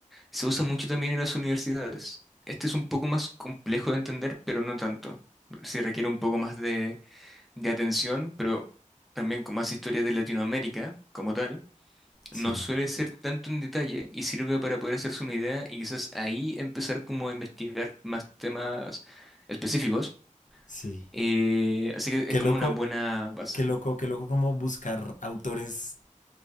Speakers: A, in the centre; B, on the left (about 75°).
A: Se usa mucho también en las universidades. Este es un poco más complejo de entender, pero no tanto. Sí requiere un poco más de, de atención, pero también con más historia de Latinoamérica como tal.
B: sí,
A: No suele ser tanto en detalle y sirve para poder hacerse una idea y quizás ahí empezar como a investigar más temas específicos.
B: sí.
A: Eh, así que
B: Qué
A: es como
B: loco,
A: una buena base.
B: qué loco, qué loco como buscar autores